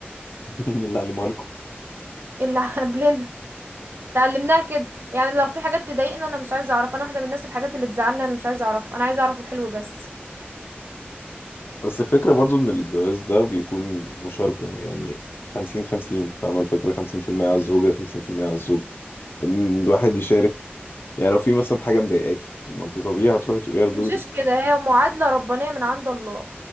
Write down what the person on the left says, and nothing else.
<laughs> مين اللي علمها لكم
بس الفكره برضو ان الجواز ده بيكون مشاركه يعني 50 50 فاهمه الفكره 50% على الزوجه 50% على الزوج ان الواحد يشارك يعني لو في مثلا حاجه مضايقاكي طب ما انت طبيعي هتروحي تقوليها لجوزك